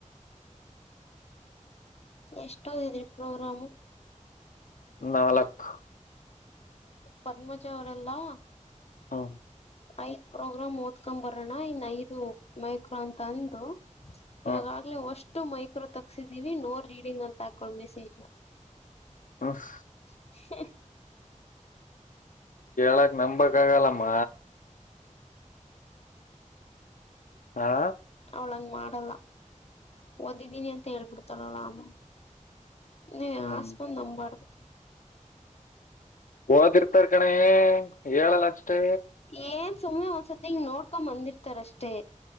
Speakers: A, on the left; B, on the left.
A: ಎಷ್ಟದಿದ್ರಿ ಪ್ರೋಗ್ರಾಮು
B: ನಾಲ್ಕು
A: ಪನ್ಮಜ ಅವರಲ್ಲಾ
B: ಹಾ
A: ಐದ್ ಪ್ರೋಗ್ರಾಮ್ ಓದ್ಕೊ್ ಬರೋಣ್ಣ ಇನ್ ಐದು ಮೈಕ್ರೋ ಅಂತ ಅಂದು ನಿಮಗಾಗಲೇ
B: ಹ್ಮ್
A: ವರ್ಷ ಎಷ್ಟು ಮೈಕ್ರೋ ತಕ್ಸಿದೀವಿ ನೋ ರೀಡಿಂಗ್ ಅಂತ ಹಾಕಳ ಮೆಸೇಜ್ ನ
B: ಹಹ
A: ಹ
B: ಳಕ್ಕೆ ನಂಬಕ ಆಗಾಲಮ್ಮ ಹಾ
A: ಅವಳಂಗ ಮಾಡಲ್ಲ ಓದಿದೀನಿ ಅಂತ ಹೇಳ್ಬಿಡ್ತಾರಲ್ಲ ಅಮ್ಮ ನೀ
B: ಹ್ಮ್
A: ಆಸಪಂದ ನಂಬಾಾರದು
B: ಹಓದಿರ್ತಾರ್ ಕಣ ಹೇಳಲ್ಲ ಅಷ್ಟೇ
A: ಏನ್ ಸುಮ್ನೆ ಒಂದ್ಸತಿ ಹಿಂಗ ನೋಡ್ಕೊ್ ಬಂದಿರ್ತಾರಷ್ಟೇ